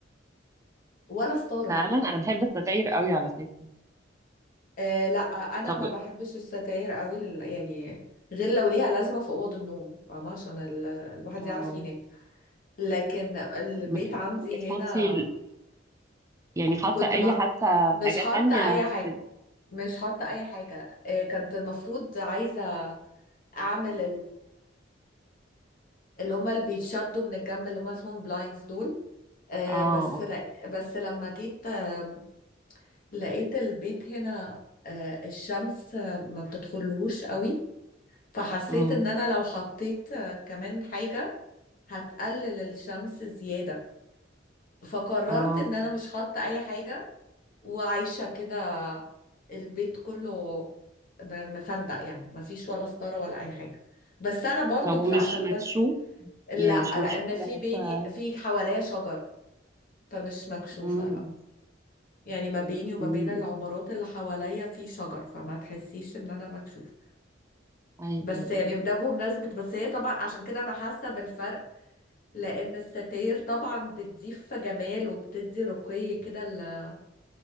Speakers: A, on the left (about 50°); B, on the right (about 15°).
A: ولا ستاره
B: فعلا انا بحب الستاير قوي على فكره
A: آه لا انا
B: طب
A: ما بحبش الستاير قوي لل... يعني غير لو ليها لازمه في اوضه النوم فاهمه عشان ال... الواحد
B: آه،
A: يعرف ينام لكن البيت
B: م-
A: عندي
B: بتحطي
A: هنا
B: ال- يعني حاطه
A: كنت
B: اي
A: بقى
B: حتى
A: مش
B: حاجات
A: حاطه
B: تانية
A: اي
B: بتت-
A: حاجه مش حاطه اي حاجه آه كنت المفروض عايزه اعمل اللي هما اللي بيتشدوا من الجنب اللي هما اسمهم بلايندز دول آه
B: اه
A: بس لا بس لما جيت آه لقيت البيت هنا آه الشمس آه ما بتدخلهوش قوي فحسيت
B: اه
A: ان انا لو حطيت آه كمان حاجة هتقلل الشمس زيادة فقررت
B: اه
A: ان انا مش حاطة اي حاجة وعايشة كده البيت كله ب- مفندق يعني مفيش ولا ستارة ولا اي حاجة بس انا برضو
B: طب ومش
A: بس عشان
B: مكشوف
A: بس لا
B: يعني مش مكشوف
A: لان
B: إلى
A: في
B: حتة
A: بيني في حواليا شجر فمش مكشوفة
B: مم،
A: لا
B: مم،
A: يعني ما بيني وما
B: مم.
A: بين العمارات اللي حواليا في شجر فما تحسيش ان انا مكشوفة
B: أيوه
A: بس
B: أيوه
A: يعني ده بمناسبة بس هي طبعا عشان كده انا حاسة بالفرق لان الستاير طبعا بتضيف جمال وبتدي رقي كده ل-